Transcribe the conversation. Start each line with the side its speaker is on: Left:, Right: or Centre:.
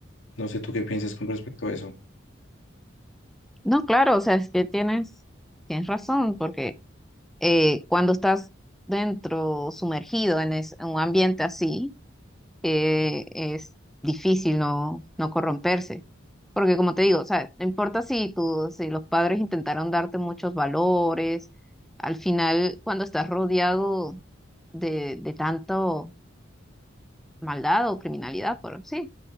Left: No sé tú qué piensas con respecto a eso.
Centre: No, claro, o sea, es que tienes, tienes razón, porque eh, cuando estás dentro, sumergido en, es- en un ambiente así, eh, es difícil no, no corromperse. Porque como te digo, o sea, no importa si tú, si los padres intentaron darte muchos valores, al final cuando estás rodeado de, de tanto maldad o criminalidad, por sí,